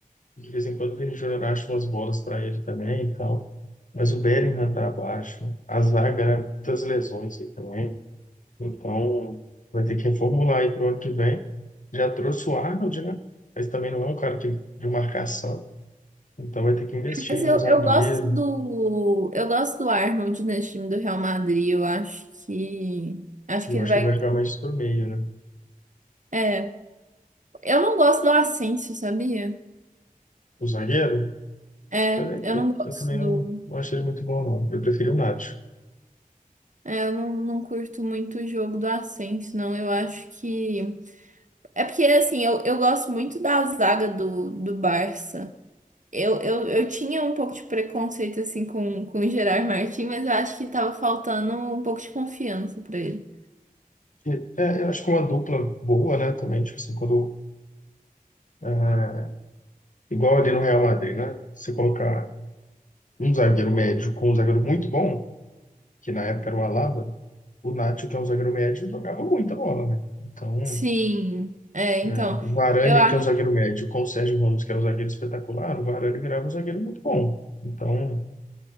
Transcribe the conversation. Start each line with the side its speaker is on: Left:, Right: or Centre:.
Left: De vez em quando o Vini Júnior acha umas bolas para ele também e tal. Mas o Bellingham tá abaixo, a zaga, né? Muitas lesões aí também. Então, vai ter que reformular aí para o ano que vem. Já trouxe o Arnold, né? Mas também não é um cara que, de marcação. Então, vai ter que investir
Right: Mas
Left: aí
Right: eu,
Left: num zagueiro.
Right: eu gosto do... Eu gosto do Arnold nesse time do Real Madrid, eu acho que... Acho
Left: E
Right: que
Left: Eu
Right: ele
Left: acho
Right: vai...
Left: que ele vai jogar mais pro meio, né?
Right: É, eu não gosto do Asensio, sabia?
Left: O zagueiro,
Right: É,
Left: eu, nem-
Right: eu
Left: eu,
Right: não gosto
Left: eu também
Right: do...
Left: não, não achei ele muito bom, não. Eu prefiro o Nacho.
Right: É, eu não, não curto muito o jogo do Ascenso, não. Eu acho que. É porque, assim, eu, eu gosto muito da zaga do, do Barça. Eu, eu, eu tinha um pouco de preconceito, assim, com, com o Gerard Martin, mas eu acho que tava faltando um pouco de confiança pra ele.
Left: E, é, eu acho que uma dupla boa, né? Também, tipo assim, quando. é, igual ali no Real Madrid, né? Você colocar um zagueiro médio com um zagueiro muito bom, que na época era o Alaba, o Nacho, que é um zagueiro médio, jogava muita bola, né? Então.
Right: Sim, é, então.
Left: É, O Varane,
Right: Eu acho.
Left: que é um zagueiro médio, com o Sérgio Ramos, que é um zagueiro espetacular, o Varane virava um zagueiro muito bom. Então,